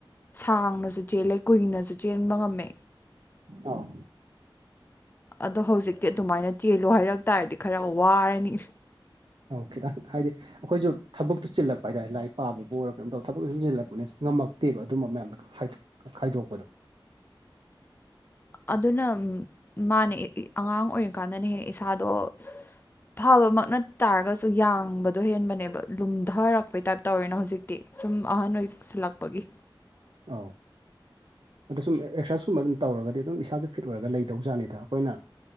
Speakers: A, on the left (about 25°); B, on the right (about 70°).
A: ꯁꯥꯡꯅꯁꯨ ꯆꯦꯜꯂꯦ ꯀꯨꯏꯅꯁꯨ ꯆꯦꯟꯕ ꯉꯝꯃꯦ
B: ꯑꯧ
A: ꯑꯗꯣ ꯍꯧꯖꯤꯛꯇꯤ ꯑꯗꯨꯃꯥꯏꯅ ꯆꯦꯜꯂꯨ ꯍꯥꯏꯔꯛ ꯇꯥꯔꯗꯤ ꯈꯔ ꯋꯥꯔꯅꯤ
B: ꯑꯧ ꯈꯤꯇꯪ ꯍꯥꯏꯗꯤ ꯑꯩꯈꯣꯏꯖꯨ ꯊꯕꯛꯇꯨ ꯆꯤꯜꯂꯛꯄ ꯍꯥꯏꯇꯔꯦ ꯂꯥꯏꯔꯤꯛ ꯄꯥꯕꯕꯨ ꯑꯣꯏꯔꯣ ꯀꯩꯅꯣꯝ ꯇꯧꯕ ꯊꯕꯛꯇꯨ ꯁꯨꯝ ꯆꯜꯂꯛꯄꯅꯦ ꯉꯝꯃꯛꯇꯦꯕ ꯑꯗꯨꯝꯕ ꯃꯌꯥꯝ ꯍꯥꯏꯗꯣꯛ ꯈꯥꯏꯗꯣꯛꯄꯗ
A: ꯑꯗꯣ ꯅꯪ ꯃꯥꯅꯦ ꯑꯉꯥꯡ ꯑꯣꯏꯔꯤꯀꯥꯟꯗꯅ ꯍꯦꯟꯅ ꯏꯁꯥꯗꯣ ꯐꯕꯃꯛꯅꯠ ꯇꯥꯔꯒꯁꯨ ꯌꯥꯡꯕꯗꯣ ꯍꯦꯟꯕꯅꯦꯕ ꯂꯨꯝꯙꯔꯛꯄꯩ ꯇꯥꯏꯞ ꯇꯧꯔꯦꯅ ꯍꯧꯖꯤꯛ ꯇꯦ ꯁꯨꯝ ꯑꯍꯥꯟ ꯑꯣꯏꯁꯤꯜꯂꯛꯄꯒꯤ
B: ꯑꯧ ꯑꯗꯣ ꯁꯨꯝ ꯑꯦꯛꯁꯔꯁꯥꯏꯁꯀꯨꯝꯕ ꯑꯗꯨꯝ ꯇꯧꯔꯒꯗꯤ ꯑꯗꯨꯝ ꯏꯁꯥꯁꯦ ꯐꯤꯠ ꯑꯣꯏꯔꯒ ꯂꯩꯗꯧꯖꯥꯠꯅꯤꯗ ꯑꯩꯈꯣꯏꯅ